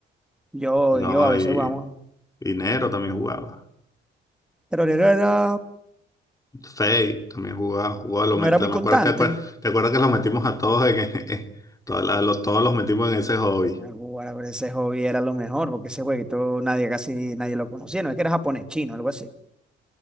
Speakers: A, in the centre; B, on the left.
A: yo
B: ¿no?
A: y yo a veces
B: Y,
A: jugamos.
B: y Nero también jugaba,
A: Pero era, era-
B: Fate también jugaba, jugaba lo
A: no
B: met-
A: era muy constante.
B: me acuerdo, ¿te acuerdas, te acuerdas que los metimos a todos, en, <laughs> en- todas las- los, todos los metimos en ese hobby?
A: Ah, Bueno, pero ese hobby era lo mejor, porque ese jueguito nadie, casi nadie lo conocía. No es que era japonés, chino, algo así.